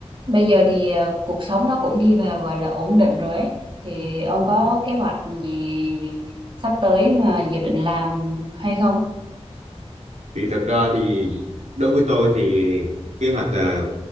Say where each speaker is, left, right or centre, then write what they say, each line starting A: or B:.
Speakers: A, on the right; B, on the right.
A: Bây giờ thì ờ, cuộc sống nó cũng đi vào gọi là ổn định rồi ấy. Thì ông có kế hoạch gì sắp tới mà dự định làm hay không?
B: thì thật ra thì đối với tôi thì kế hoạch à,